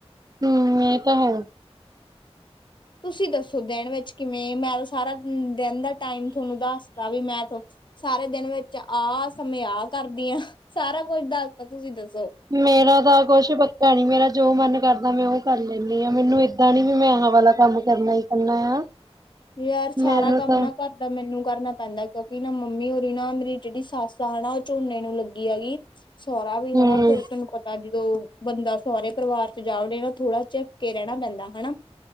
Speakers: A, on the right; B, on the left.
A: ਹੁੰ, ਇਹ ਤਾਂ ਹੈ।
B: ਤੁਸੀਂ ਦੱਸੋ ਦਿਨ ਵਿੱਚ ਕਿਵੇਂ ਮੈਂ ਸਾਰਾ ਦਿਨ ਦਾ ਟਾਈਮ ਤੁਹਾਨੂੰ ਦੱਸਦਾ ਵੀ ਮੈਂ ਸਾਰੇ ਦਿਨ ਵਿੱਚ ਆ ਸਮੇਂ ਆਹ ਕਰਦੀ ਆ, ਸਾਰਾ ਕੁਛ ਦੱਸਦਾ ਤੁਸੀਂ ਦੱਸੋ।
A: ਮੇਰਾ ਤਾਂ ਕੁਛ ਪੱਕਾ ਨੀ ਮੇਰਾ ਜੋ ਮਨ ਕਰਦਾ ਮੈਂ ਉਹ ਕਰ ਲੈਂਨੀ ਹਾਂ ਮੈਨੂੰ ਏਦਾਂ ਨੀ ਵੀ ਮੈਂ ਹਾਂ ਵਾਲਾ ਕੰਮ ਕਰਨਾ ਈ ਕਰਨਾ ਆ।
B: ਯਾਰ ਸਾਰਾ
A: ਮੈਨੂੰ
B: ਕੰਮ
A: ਤਾਂ
B: ਨਾ ਕਰ ਤਾਂ ਮੈਨੂੰ ਕਰਨਾ ਪੈਂਦਾ ਕਿਉਂਕਿ ਨਾ ਮੰਮੀ ਊਰੀ ਨਾ ਮੇਰੀ ਜਿਹੜੀ ਸੱਸ ਆ ਨਾ ਉਹ ਝੋਨੇ ਨੂੰ ਲੱਗੀ ਹੈਗੀ। ਸਹਰਾ ਵੀ
A: ਹੂੰ
B: ਹਨਾ ਫਿਰ ਤਹਾਨੂੰ ਪਤਾ ਜਦੋਂ ਬੰਦਾ ਸਹੁਰੇ ਪਰਿਵਾਰ ਚ ਜਾ ਉੇ ਨਾ ਥੋੜਾ ਚਝੱਕ ਕੇ ਰਹਿਣਾ ਪੈਂਦਾ ਹਨਾ।